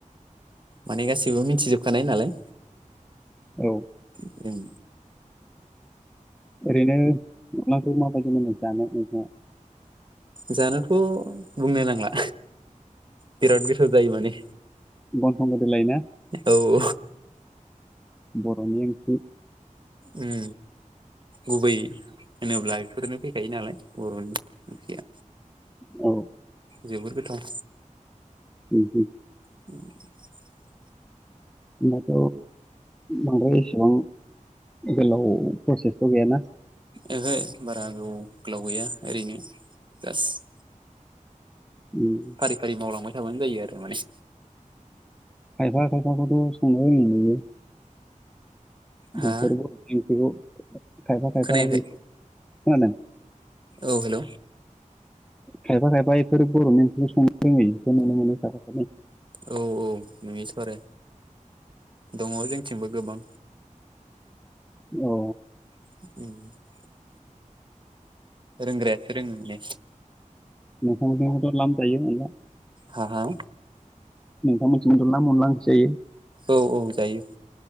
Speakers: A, on the right; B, in the centre.
A: माने गासिबो मिथिजोबखानाय नालाय।
B: औ।
A: उम।
B: ओरैनो माब्रै माबायदि मोनो जानो नोंथाङा?
A: जानोथ' बुंनो नांला बिराद गोथाव जायो माने।
B: गन्थं गोदोलायनाय?
A: औ औ।
B: बर'नि ओंख्रि।
A: उम। गुबै होनोब्ला बेफोरनो फैखायो नालाय बर'नि ओंख्रिया
B: औ
A: जोबोर गोथाव
B: उ उ
A: <inaudible>
B: होमबाथ' बांद्राय एसेबां गोलाव प्रजेकथ' गैयाना?
A: ओहो बारा गोबाव गोलाव गैया ओरैनो जास्ट
B: उम,
A: फारि फारि मावलांबाय थाबानो जायो आरो माने
B: खायफा खायफाखौथ' संला बायबानो मोनजोबो। बेफोरबो
A: हा
B: बेफोरखौ खायफा खायफा
A: खोनायाखै
B: बेफोर खोनादों
A: औ हेल'
B: खायफा खायफा बेफोर बर'नि ओंख्रि संनो रोङै बेखौ नुनो मोनो खायफाखौ
A: औ औ नुयोथ' आरो दङ जोंथिंबो गोबां
B: औ
A: <unintelligible> रोंग्रायासो रोंङो माने
B: नोंसोरनिथिंथ' लामजायो अनला?
A: हा हा
B: नोंथां मोननिथिंबो लाम अनला ओंख्रि
A: औ औ जायो।